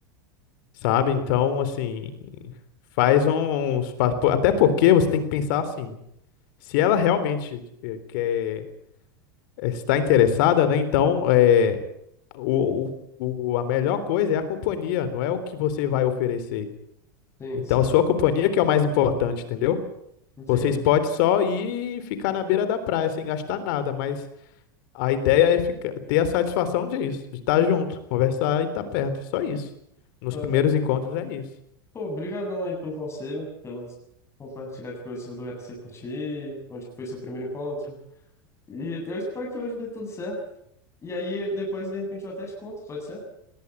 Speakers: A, on the left (about 65°); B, on the left (about 25°).
A: sabe? Então, assim, faz um, uns. pa- po- Até porque você tem que pensar assim: se ela realmente eh, quer, eh, está interessada, né? Então, é, o, o, o- a melhor coisa é a companhia, não é o que você vai oferecer.
B: Sim,
A: Então,
B: sim.
A: a sua companhia que é o mais importante, entendeu?
B: Entendi.
A: Vocês podem só ir e ficar na beira da praia sem gastar nada, mas a ideia é ficar, ter a satisfação disso, de estar junto, conversar e estar
B: Uhum.
A: perto, só isso. Nos
B: Tá.
A: primeiros encontros é isso.
B: Pô, brigadão aí pelo conselho, pelas compartilhar tipo, esses lugares que você curtiu, onde que foi seu primeiro encontro. E eu espero que hoje dê tudo certo. E aí, depois, de repente, eu até te conto, pode ser?